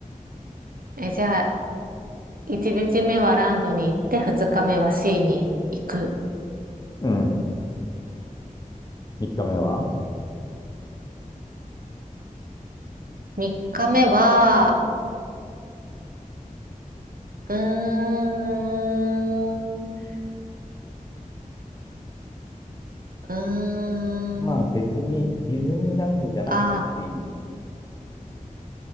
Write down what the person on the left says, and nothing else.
うん。3日目は
まあ別にディズニーランドじゃなくたっていいよね。